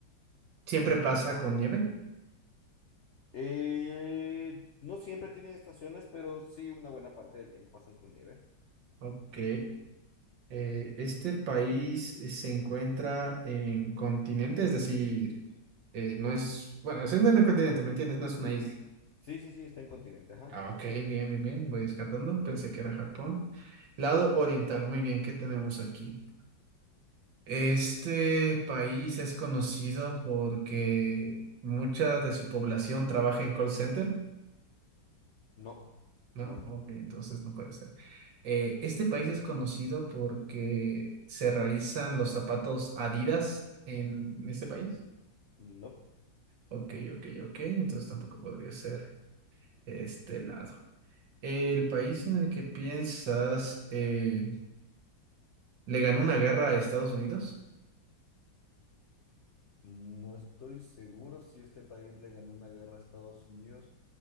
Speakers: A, on the right (about 70°); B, on the left (about 60°).
A: siempre pasa con nieve,
B: Eh, no siempre tienen estaciones, pero sí una buena parte del tiempo pasan con nieve.
A: ok. Eh, este país eh, se encuentra en continente, es decir, eh, no es, bueno, se encuentra en el continente, ¿me entiendes? No es una isla.
B: Sí, sí, sí, está en continente, ajá.
A: Ah, ok, bien, bien, bien, voy descartando, pensé que era Japón. Lado oriental, muy bien, ¿qué tenemos aquí? Este país es conocido porque mucha de su población trabaja en call center.
B: No,
A: No,
B: no, no,
A: ok, entonces no puede ser. Eh, este país es conocido porque se realizan los zapatos Adidas en este país.
B: no.
A: Ok, ok, ok, entonces tampoco podría ser este lado. ¿El país en el que piensas eh, le ganó una guerra a Estados Unidos?
B: No estoy seguro si este país le ganó una guerra a Estados Unidos.